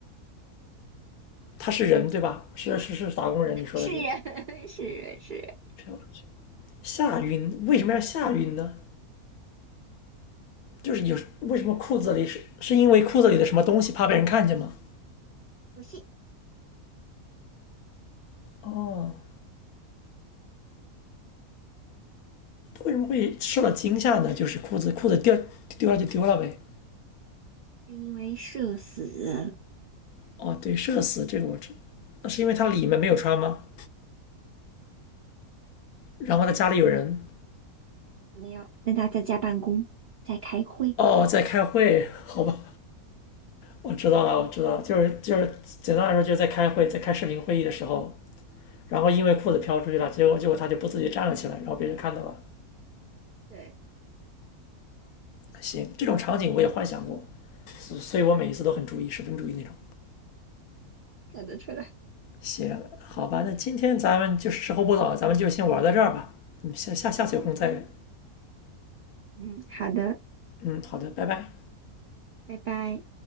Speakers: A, on the left; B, on the right.
A: 他是人对吧？是是是打工人，你说的是
B: 是人，<laughs> 是人，是人。
A: 飘出去吓晕，为什么要吓晕呢？就是有为什么裤子里是是因为裤子里的什么东西怕被人看见吗？
B: 不是，
A: 哦，为什么会受到惊吓呢？就是裤子裤子掉丢了就丢了呗。
B: 是因为社死
A: 哦，对，社死这个我知，那是因为他里面没有穿吗？然后他家里有人
B: 没有跟他在家办公，在开会。
A: 哦在开会，好吧，我知道了，我知道了，就是就是简单来说就是在开会，在开视频会议的时候，然后因为裤子飘出去了，结果结果他就不自己站了起来，然后别人看到了。
B: 对，
A: 行，这种场景我也幻想过，所所以我每一次都很注意，十分注意那种。
B: 看得出来。
A: 行，好吧，那今天咱们就是时候不早了，咱们就先玩到这儿吧。嗯，下下下次有空再
B: 嗯嗯，好的，
A: 嗯，好的，拜拜。
B: 拜拜。